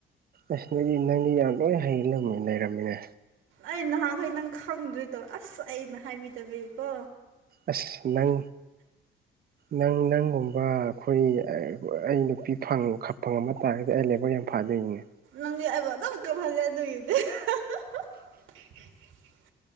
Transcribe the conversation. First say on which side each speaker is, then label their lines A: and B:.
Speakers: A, on the right; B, on the right.
A: ꯑꯁ ꯅꯪ ꯅꯪꯗꯤ ꯌꯥꯝ ꯂꯣꯏ ꯍꯩ ꯂꯩꯔꯝꯃꯦꯅꯦ ꯂꯩꯔꯝꯃꯦꯅꯦ꯫
B: ꯑꯩ ꯅꯍꯥꯟꯒꯩ ꯅꯪ ꯈꯪꯗꯔꯤꯗꯣ ꯑꯁ ꯑꯩꯅ ꯍꯥꯏꯕꯤꯗꯕꯩꯀꯣ꯫
A: ꯑꯁ ꯅꯪ ꯅꯪ ꯅꯪꯒꯨꯝꯕ ꯑꯩꯈꯣꯏ ꯑꯩ ꯅꯨꯄꯤ ꯐꯪ ꯐꯪꯉꯝꯃ ꯇꯥꯔꯒꯗꯤ ꯑꯩ ꯂꯥꯏꯕꯛ ꯌꯥꯝ ꯐꯥꯅꯦꯃꯤ꯫
B: ꯅꯪꯗꯤ ꯑꯩꯕꯨ ꯑꯗꯨꯝ ꯀꯞꯐꯜꯂꯦ ꯑꯗꯨꯒꯤꯗꯤ <unintelligible>